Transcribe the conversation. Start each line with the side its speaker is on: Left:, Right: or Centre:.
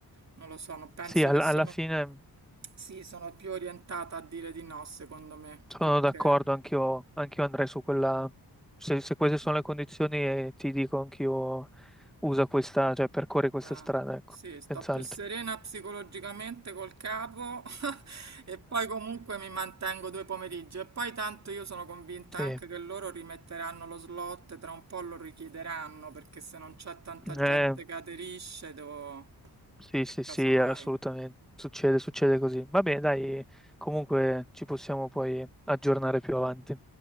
Right: non lo so, non penso
Centre: Sì, al-
Right: che sono...
Centre: alla fine
Right: Sì, sono più orientata a dire di no, secondo me,
Centre: sono
Right: perché...
Centre: d'accordo, anch'io anch'io andrei su quella. Se, se queste sono
Right: eh,
Centre: le condizioni, eh, ti dico anch'io usa questa, cioè percorri questa
Right: Ah,
Centre: strada, ecco,
Right: sì, sto
Centre: senz'altro.
Right: più serena psicologicamente col capo <laughs> e poi comunque mi mantengo due pomeriggi e poi tanto io sono convinta
Centre: Sì.
Right: anche
Centre: <laughs>
Right: che loro rimetteranno lo slot, tra un po' lo richiederanno perché se non c'è tanta
Centre: Eh,
Right: gente che aderisce devo...
Centre: sì,
Right: e
Centre: sì,
Right: casomai...
Centre: sì, assolutamente. Succede, succede così. Va bene, dai, comunque ci possiamo poi aggiornare più avanti.